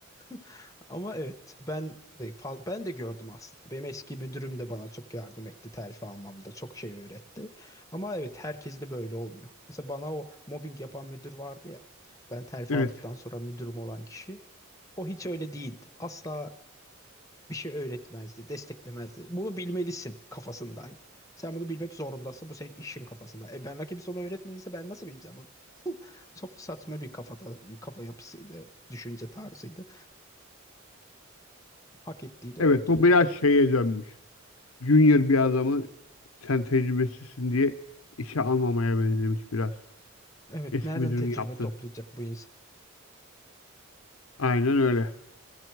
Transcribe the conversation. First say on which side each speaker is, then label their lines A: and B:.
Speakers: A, on the left; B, on the left.
A: <laughs> Ama evet ben de faz- ben de gördüm aslında. Benim eski müdürüm de bana çok yardım etti terfi almamda. Çok şey öğretti. Ama evet herkes de böyle olmuyor. Mesela bana o mobbing yapan müdür vardı ya. Ben terfi
B: Evet.
A: aldıktan sonra müdürüm olan kişi. O hiç öyle değildi. Asla bir şey öğretmezdi, desteklemezdi. Bunu bilmelisin kafasındaydı. Sen bunu bilmek zorundasın. Bu senin işin kafasında. E ben rakip sana öğretmediyse ben nasıl bileceğim onu? Çok saçma bir kafada, bir kafa yapısıydı, düşünce tarzıydı. Hak ettiği de
B: Evet
A: oldu.
B: bu biraz şeye dönmüş. Junior bir adamı sen tecrübesizsin diye işe almamaya benzemiş biraz.
A: Evet,
B: Eski
A: nereden
B: müdürün
A: tecrübe
B: yaptı.
A: toplayacak bu insan?
B: Aynen öyle.